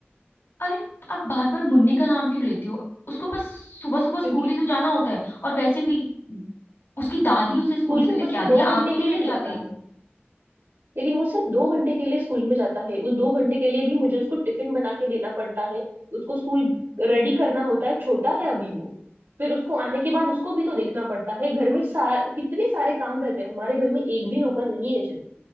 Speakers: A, on the left; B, on the right.
A: अरे आप बार बार मुन्नी का नाम क्यों लेते हो उसको बस सुबह सुबह स्कूल
B: क्योंकि
A: ही तो जाना होता है और वैसे भी उसकी दादी उसे
B: स्कूल
A: स्कूल से
B: में
A: लेके
B: बस वो
A: आती
B: दो
A: है
B: घंटे
A: आप
B: के
A: तो नहीं
B: लिए
A: लेके
B: जाता
A: आते
B: है लेकिन वो सिर्फ दो घंटे के लिए स्कूल में जाता है उस दो घंटे के लिए भी मुझे उसको टिफिन बना के देना पड़ता है उसको स्कूल रेडी करना होता है छोटा है अभी वो फिर उसको आने के बाद उसको भी तो देखना पड़ता है घर में सा, कितने सारे काम रहते हैं हमारे घर में एक भी नौकर नहीं है जन